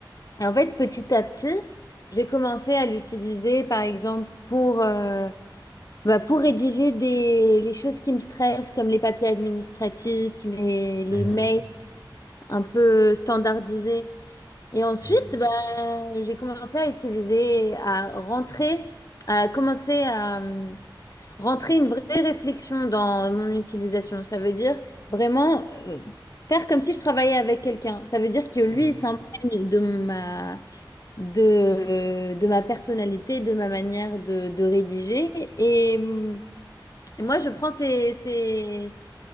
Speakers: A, on the left; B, on the right.
A: en fait, petit à petit, j'ai commencé à l'utiliser, par exemple, pour... euh, Bah, pour rédiger des, les choses qui me stressent, comme les papiers administratifs, les,
B: mhm,
A: les mails un peu standardisés. Et ensuite,
B: mhm,
A: bah, j'ai commencé à utiliser, à rentrer, à commencer à hum, rentrer une vraie réflexion dans mon utilisation. Ça veut dire vraiment euh, faire comme si je travaillais avec quelqu'un. Ça veut dire que
B: mhm,
A: lui, il s'imprègne de ma, de, de ma personnalité, de ma manière de, de rédiger. Et. hum, et moi, je prends ces, ces,